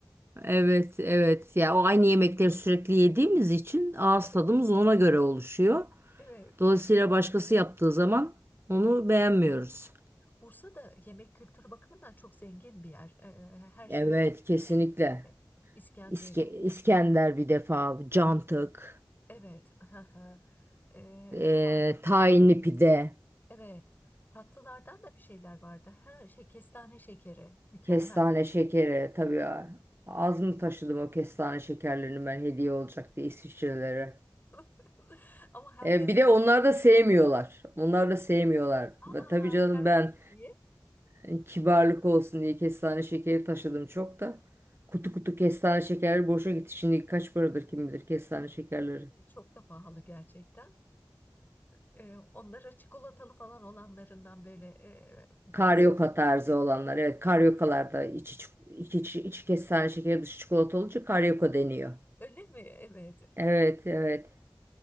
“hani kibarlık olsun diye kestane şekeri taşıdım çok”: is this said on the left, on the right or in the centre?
Right